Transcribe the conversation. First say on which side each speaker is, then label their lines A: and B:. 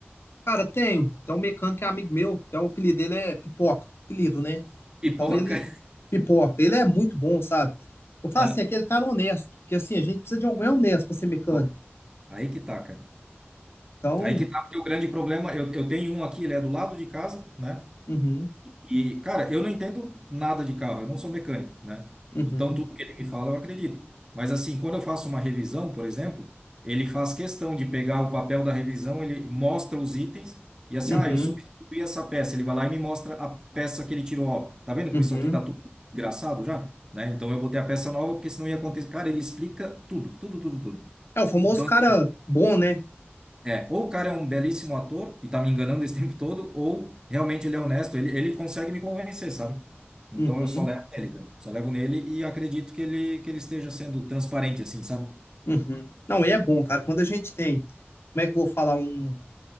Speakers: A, on the left (about 70°); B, on the right (about 15°).
A: Cara, tenho. Então, um mecânico é amigo meu, até o apelido dele é Pipoca, apelido, né?
B: Pipoca.
A: Então, ele,
B: <laughs>
A: Pipoca, ele é muito bom, sabe? Eu falo
B: Ah,
A: assim, aquele cara honesto, porque assim, a gente precisa de alguém honesto pra ser mecânico.
B: Pô, Aí que tá, cara.
A: Então,
B: Aí que tá, porque o grande problema, eu, eu tenho um aqui, ele é do lado de casa, né?
A: uhum,
B: E, cara, eu não entendo nada de carro, eu não sou mecânico, né?
A: uhum,
B: Então, tudo que ele me fala, eu acredito. Mas, assim, quando eu faço uma revisão, por exemplo, ele faz questão de pegar o papel da revisão, ele mostra os itens e, assim,
A: uhum,
B: ah, eu substituí essa peça. Ele vai lá e me mostra a peça que ele tirou. Ó, tá vendo como
A: uhum.
B: isso aqui tá tudo engraçado já? Né? Então, eu botei a peça nova porque senão ia acontecer. Cara, ele explica tudo, tudo, tudo, tudo.
A: É o famoso
B: Então,
A: cara
B: assim,
A: bom, né?
B: é, ou o cara é um belíssimo ator e tá me enganando esse <laughs> tempo todo, ou realmente ele é honesto, ele, ele consegue me convencer, sabe? Então
A: Uhum.
B: eu só levo nele, cara. Só levo nele e acredito que ele, que ele esteja sendo transparente, assim, sabe?
A: Uhum. Não, e é bom, cara. Quando a gente tem, como é que eu vou falar, um,